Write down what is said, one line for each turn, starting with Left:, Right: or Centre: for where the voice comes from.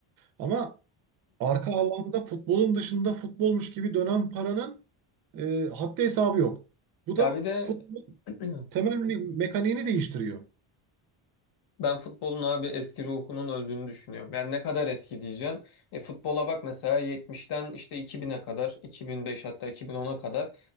Right: Ama Arka alanda futbolun dışında futbolmuş gibi dönen paranın e, haddi hesabı yok. Bu da
Left: Ya bir de
Right: futbol
Left: <clears throat>
Right: temel me- mekaniğini değiştiriyor.
Left: ben futbolun abi eski ruhunun öldüğünü düşünüyorum. Yani ne kadar eski diyeceksin. E, futbola bak mesela 70'ten işte 2000'e kadar, 2005 hatta 2010'a kadar.